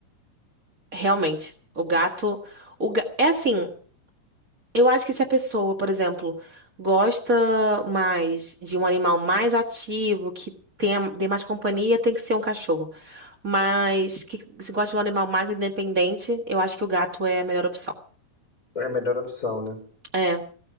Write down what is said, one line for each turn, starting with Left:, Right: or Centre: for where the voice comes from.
Right: realmente. O gato, o ga- é assim, Eu acho que se a pessoa, por exemplo, gosta mais de um animal mais ativo, que tenha, dê mais companhia, tem que ser um cachorro. Mas que se gosta de um animal mais independente, eu acho que o gato é a melhor opção.
Left: É a melhor opção, né?
Right: É.